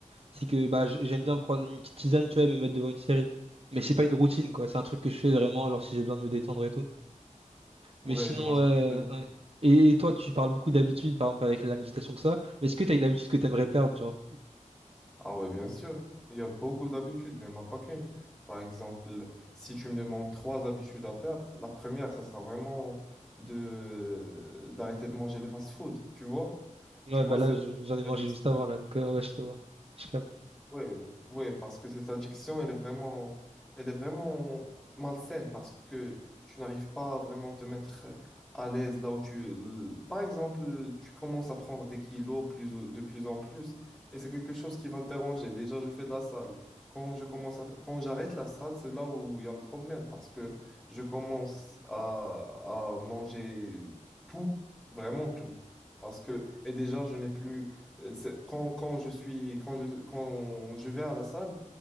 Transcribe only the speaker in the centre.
Ouais,
je vois
ce que tu veux dire.
Ah ouais, bien sûr. Il y a beaucoup d'habitudes, il n'y en a pas qu'une. Par exemple, si tu me demandes trois habitudes à perdre, la première, ça sera vraiment de d'arrêter de manger les fast-food, tu vois?
Tu vois,
cette
addiction.
Ouais, ouais, parce que cette addiction, elle est vraiment, elle est vraiment malsaine parce que tu n'arrives pas à vraiment te mettre à l'aise là où tu. l- Par exemple, tu commences à prendre des kilos plus, de plus en plus et c'est quelque chose qui va te déranger. Déjà, je fais de la salle. Quand je commence à... f- Quand j'arrête la salle, c'est là où il y a le problème parce que je commence à, à manger tout, vraiment tout. Parce que, et déjà, je n'ai plus. Euh, c'est- Quand, quand je suis, quand je, quand je vais à la salle,